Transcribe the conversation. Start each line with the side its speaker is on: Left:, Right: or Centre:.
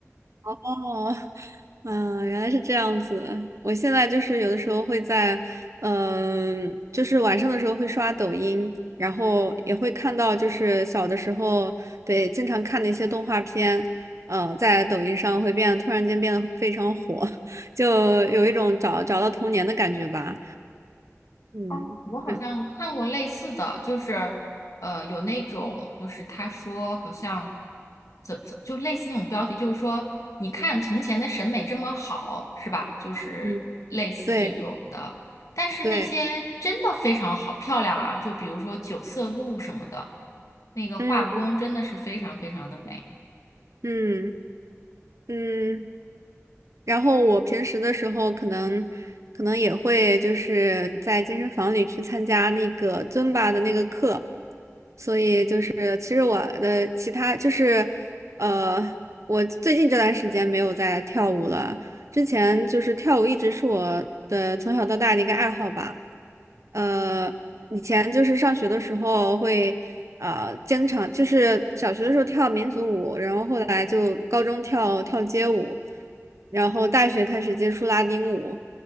Right: 哦，嗯，原来是这样子。我现在就是有的时候会在，嗯、就是晚上的时候会刷抖音，然后也会看到，就是小的时候对经常看的一些动画片，呃，在抖音上会变，突然间变得非常火，<laughs> 就有一种找找到童年的感觉吧。嗯，
Left: 哦，我好像看过类似的，
Right: 嗯
Left: 就是呃，有那种就是他说好像怎怎就类似那种标题，就是说你看从前的审美这么好，是吧？就是类似这种的，
Right: 嗯，对
Left: 但是那些真的非常好漂亮啊，
Right: 对，
Left: 就比如说九色鹿什么的，那个画工真的是非常非常的美。
Right: 嗯嗯嗯。然后我平时的时候，可能可能也会就是在健身房里去参加那个尊巴的那个课，所以就是其实我的其他就是呃，我最近这段时间没有在跳舞了，之前就是跳舞一直是我的从小到大的一个爱好吧。呃，以前就是上学的时候会，啊，经常就是小学的时候跳民族舞，然后后来就高中跳跳街舞，然后大学开始接触拉丁舞，